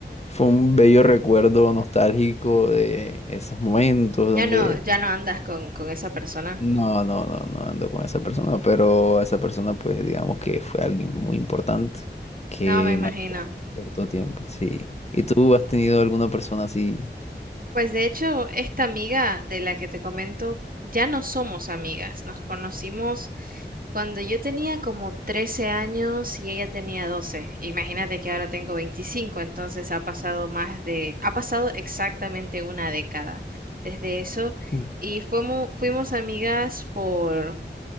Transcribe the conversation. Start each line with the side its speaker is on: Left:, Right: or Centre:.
Left: fue un bello recuerdo nostálgico de esos momentos donde
Right: Ya no, ya no andas con, con esa persona.
Left: no, no, no, no ando con esa persona, pero esa persona, pues digamos que fue alguien muy importante que
Right: No, me imagino.
Left: marcó cierto tiempo, sí. ¿Y tú has tenido alguna persona así?
Right: Pues de hecho, esta amiga de la que te comento, ya no somos amigas. Nos conocimos cuando yo tenía como 13 años y ella tenía 12. Imagínate que ahora tengo 25, entonces ha pasado más de, ha pasado exactamente una década desde eso.
Left: Mm.
Right: Y fuimos, fuimos amigas por,